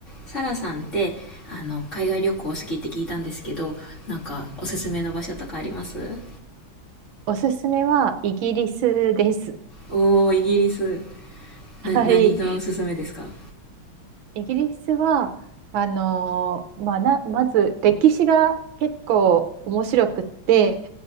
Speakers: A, on the left (about 35°); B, on the right (about 75°).
A: サラさんってあの海外旅行好きって聞いたんですけどなんかおすすめの場所とかあります
B: おすすめはイギリスです。
A: おーイギリス
B: はい。
A: な何がおすすめですか
B: イギリスは、あのーまあ、な、まず歴史が結構面白くって、